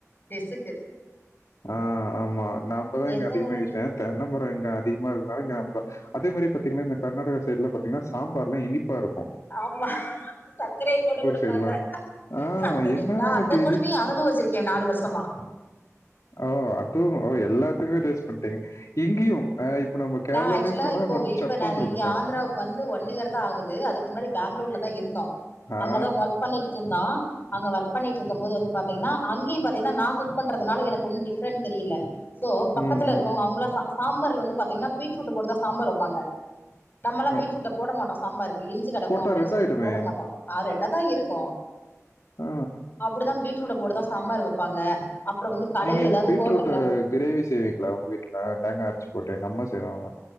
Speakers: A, on the left (about 40°); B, on the left (about 75°).
A: டெசுக்கு
B: ஆ ஆமா நம்மதா இங்க
A: எந்த
B: அதிகமா
A: ஒரு
B: யூஸே தென்ன மரொ இங்க அதிகமா இருந்தா இங்க அப்ப அதே மாரி பாத்தீங்கன்னா இந்த கர்நாடக சைட்லா பாத்தீங்கன்னா சாம்பார்ல்லா இனிப்பா இருக்கு
A: ஆமா சக்கரைய போட்டு குடுப்பாங்க
B: சைடுலாம் ஆஹ்
A: அந்த
B: என்னடா
A: நா அந்த
B: இது
A: கொடுமைய
B: இனி
A: அனுபவிச்சிருக்கே நாலு வருஷமா
B: ஓ அதும் எல்லாத்துக்குமே டேஸ்ட் பண்ட்டீங்க இங்கயு ஆ இப்ப நம்ம கேரளாலியு
A: நா ஆக்சுவலா
B: போனா
A: இப்போ
B: வந்து
A: இப்ப
B: சப்புன்னுருக்கும்
A: நா இங்க ஆந்திராவுக்கு வந்து ஒன் இயர் தான் ஆகுது அதுக்கு முன்னாடி பாங்களூர்ல தா இருந்தோம்
B: ஆ.
A: அங்கதா ஒர்க் பண்ணிட்டு இருந்தோ அங்க ஒர்க் பண்ணிட்டு இருக்கும் போது வந்து பாத்தீங்கன்னா அங்கயு பாத்தீங்கனா நா குக் பண்றதுனால எனக்கு ஒன்னும் டிஃப்ரெண்ட் தெரியல சோ பக்கத்துல
B: ம்,
A: இருக்கவங்க
B: ம்.
A: அவங்களாம் சாம்பார்ல வந்து பாத்தீங்கன்னா பீட்ரூட்ட போட்டுதா சாம்பார் வைப்பாங்க நம்மல்லா பீட்ருட்ட
B: ஒ ஒ
A: போட மாட்டோ சாம்பாருக்கு இனிச்சு கெடக்கு
B: போட்டா
A: அப்டின்
B: ரெட்
A: சொல்லிட்டு
B: ஆயிடுமே!
A: போட மாட்டோ ஆ ரெட்ட தா இருக்கு
B: ஆ.
A: அப்டிதா பீட்ரூட்ட போட்டு தா சாம்பார் வப்பாங்க அப்றோ வந்து கடைல
B: நீங்க இது
A: ஏதாவது
B: பீட்ரூட்
A: ஹோட்டல்ல
B: கிரேவி செய்வீங்களா உங்க வீட்ல தேங்காய் அரச்சு போட்டு எங்க அம்மா செய்வாங்க